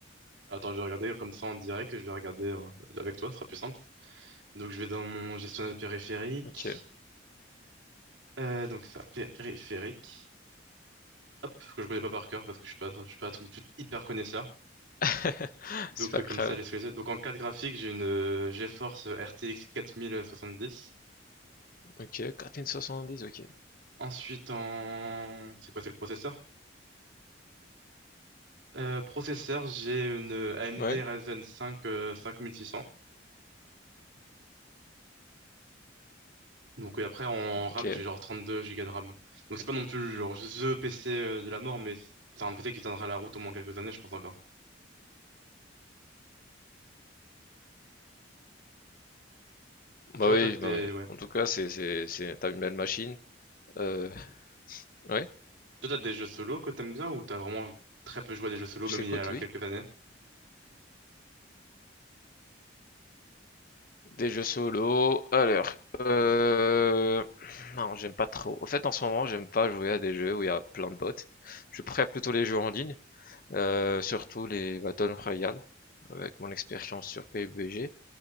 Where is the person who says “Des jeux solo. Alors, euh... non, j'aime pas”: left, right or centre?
Left